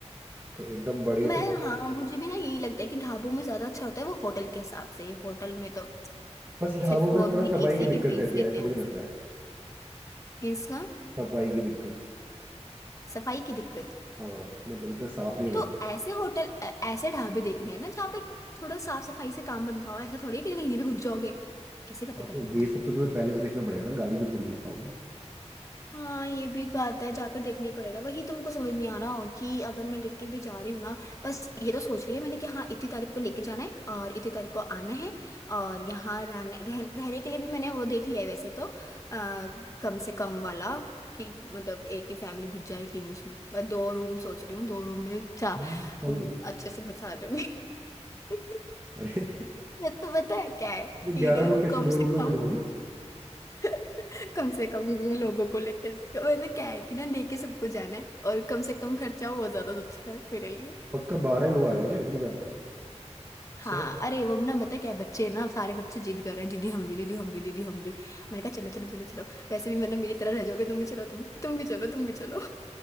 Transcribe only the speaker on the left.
मैं
हाँ मुझे भी ना यही लगता है कि ढाबों में ज्यादा अच्छा होता है वो होटल के हिसाब से होटल में तो
सिर्फ
वो
अपनी
एसी
के
फीस
लेते
हैं
हमसे
किसका
सफाई की दिक्कत
तो ऐसे होटल ऐ- ऐसे ढाबे देखने हैं ना जहाँ पे थोड़ा साफ सफाई से काम बनता हो ऐसा थोड़ी है कि कहीं भी घुस जाओगे कैसे बातें
कर
रहे हो यार
हाँ ये भी बात है जाकर देखना ही पड़ेगा वही तुमको समझ नहीं आ रहा हो कि अगर मैं लेके भी जा रही हूँ ना बस ये तो सोच लिया मैंने कि हाँ इतनी तारीख को लेके जाना है और इतनी तारीख को आना है और यहाँ रहने रह, रहने के लिए भी मैंने वो देख लिया है वैसे तो आ, कम से कम वाला कि मतलब एक ही फैमिली घुस जाएगी मैं उसमें मैं दो रूम सोच रही हूँ दो रूम में चार
हम्म,
अच्छे से घुसा दूंगी <laughs>
मैं तो पता है क्या है
कि
ना
कम
से
कम
<laughs> कम से कम लोगों को लेके मतलब क्या है कि ना लेके सबको जाना है और कम से कम खर्चा हो वो ज्यादा अच्छा है मेरे लिए
हाँ
अरे वो ना पता है क्या है बच्चे ना सारे बच्चे जिद कर रहे हैं दीदी हम भी दीदी हम भी दीदी हम भी मैंने कहा चलो चलो चलो चलो वैसे भी मतलब मेरी तरह रह जाओगे तुम भी चलो तुम तुम भी चलो तुम भी चलो